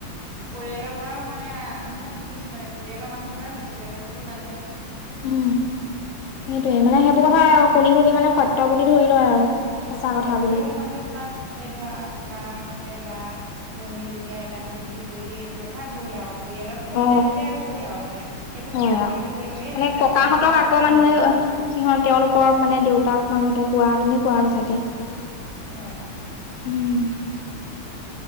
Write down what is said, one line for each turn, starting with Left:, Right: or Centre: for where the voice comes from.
Right: পৰিয়ালৰ পৰাও মানে মই শুনিছোঁ মানে পৰিয়ালৰ মানুহৰ পৰা শুনিছোঁ বেলেগৰ পৰা বাদ দিয়াচোন।
Left: উম, সেইটোয়ে মানে সেইবোৰ কথা শুনি, শুনি মানে সত্য বুলি ধৰি লয় আৰু সঁচা
Right: ধৰি
Left: কথা
Right: ল পৰিয়ালৰ
Left: বুলি
Right: মানুহে তোমাৰ সেই ধৰা ককাহঁতে বা পুৰণি যুগীয়া আইতাহঁতে যদি কৈ দিয়ে এইটো কথা হ'ল আৰু পৰিয়ালত শুনিলে
Left: অ
Right: যেতিয়া আৰুটো হ'ল আৰু এতিয়া সেইবোৰ
Left: হয়
Right: সত্য
Left: আৰু
Right: বুলি ধৰিয়ে লৈয়ে
Left: মানে
Right: মেকুৰীটো
Left: ককাহঁতক
Right: গ'ল তই
Left: আগৰ
Right: হেৰি
Left: মানুহে
Right: নকৰিবি
Left: সিহঁত তেওঁলোকৰ মানে দেউতাক মাহঁতে কোৱা তেনেক কুৱা আৰু চাগে
Right: হয়।
Left: উম।